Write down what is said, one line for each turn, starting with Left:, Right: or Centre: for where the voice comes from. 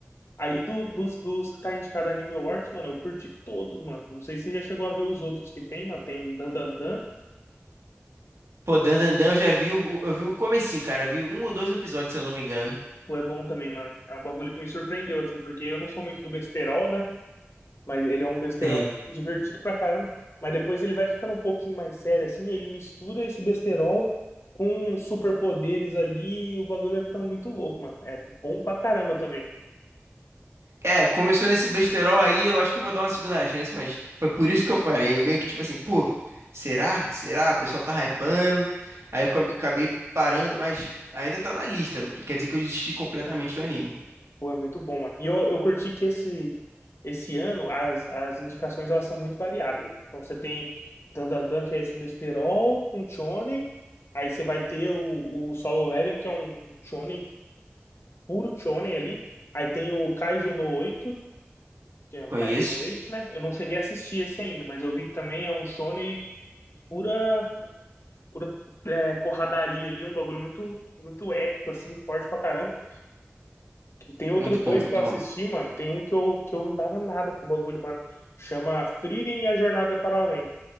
Left: Aí do- dos, dos que tá indicado a Anime Awards, mano, eu curti todos, mano. Não sei se você já chegou a ver os outros que tem, mano. Tem Dan Dan Dan.
Right: Pô, Dandandan, eu já vi, o, eu vi o comecinho, cara. Eu vi um ou dois episódios, se eu não me engano.
Left: Pô, é bom também, mano. É um bagulho que me surpreendeu, assim, porque eu não sou muito do besterol, né? Mas ele é um besterol
Right: Sim.
Left: divertido pra caramba. Mas depois ele vai ficando um pouquinho mais sério, assim. Ele mistura esse besterol com superpoderes ali. E o bagulho vai ficando muito louco, mano. É bom pra caramba também.
Right: É, começou nesse besterol aí, eu acho que eu vou dar uma segunda chance, mas foi por isso que eu parei. Eu meio que tipo assim, pô, será? Será? O pessoal tá hypando. Aí eu acabe- acabei parando, mas ainda tá na lista. Não quer dizer que eu desisti completamente do anime.
Left: Pô, é muito bom, mano. E eu, eu curti que esse, esse ano as, as indicações elas são muito variadas, mano. Então você tem Dandadan, que é esse besterol com shonen. Aí você vai ter o, o Solo Leveling, que é um shonen, puro shonen ali. Aí tem o Kaiju no 8. que é um
Right: Conheço.
Left: Kaido no Wait, né? Eu não cheguei a assistir esse ainda, mas eu vi que também é um shonen pura, pura é, porradaria ali, um bagulho muito, muito épico, assim, forte pra caramba. Tem outros
Right: Muito bom,
Left: dois
Right: muito
Left: que eu assisti,
Right: bom.
Left: mano. Tem um que eu, que eu não dava nada pro bagulho, mano. Chama Frieren e a Jornada para o Além.